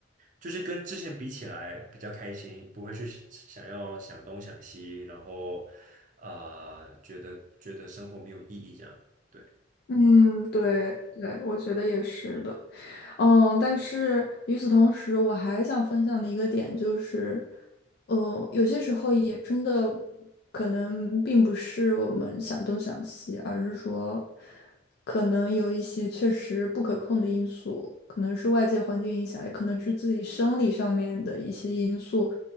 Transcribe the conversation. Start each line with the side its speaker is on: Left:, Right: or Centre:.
Right: 就是跟之前比起来比较开心，不会去想要想东想西，然后呃，觉得觉得生活没有意义这样，对，
Left: 嗯，对对，
Right: 好，
Left: 我觉得也是的。嗯，但是与此同时，我还想分享的一个点就是，呃，有些时候也真的可能并不是我们想东想西，而是说，可能有一些确实不可控的因素，可能是外界环境影响，也可能是自己生理上面的一些因素，